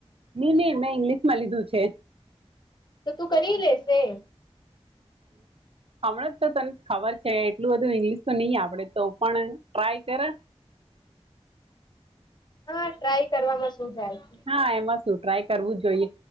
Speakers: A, on the right; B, on the left.
A: ની ની મેં ઇંગ્લિશ માં લીધું છે.
B: તો તું કરી લેશે?
A: હમણાં જ તો તને ખબર છે એટલું બધું ઇંગ્લિશ તો ની આપડે તો પણ ટ્રાય કરે.
B: હા ટ્રાય કરવામાં શું જાય છે.
A: હા એમાં શું ટ્રાય કરવું જ જોઈએ.